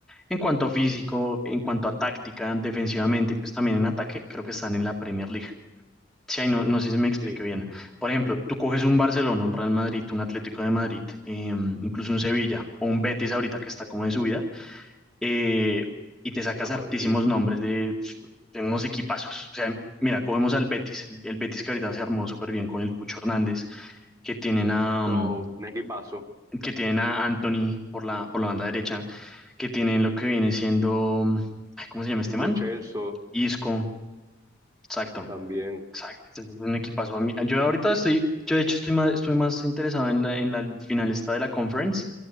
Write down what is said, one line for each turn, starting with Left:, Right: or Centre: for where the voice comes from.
Centre: en cuanto a físico, en cuanto a táctica, defensivamente y pues también en ataque, creo que están en la Premier League. Sí, ahí no, no sé si me expliqué
Right: Sí,
Centre: bien. Por ejemplo, tú coges un Barcelona, un Real Madrid, un Atlético de Madrid, eh, incluso un Sevilla o un Betis ahorita que está como en subida eh, y te sacas
Right: no,
Centre: hartísimos
Right: Betis.
Centre: nombres de, de unos equipazos. O sea, mira, cogemos al Betis, el Betis que ahorita se armó súper bien con el Cucho Hernández, que tienen a,
Right: No,
Centre: mm,
Right: un equipazo.
Centre: que tienen a Anthony por la, por la banda derecha, que tienen lo que viene siendo, mm, ay, ¿cómo se llama este
Right: Lo
Centre: man?
Right: Chelsea.
Centre: Isco, exacto.
Right: También.
Centre: Exacto, es un equipazo. A mí- Yo ahorita estoy, yo de hecho estoy más, estoy más interesado en la, en la final esta de la conference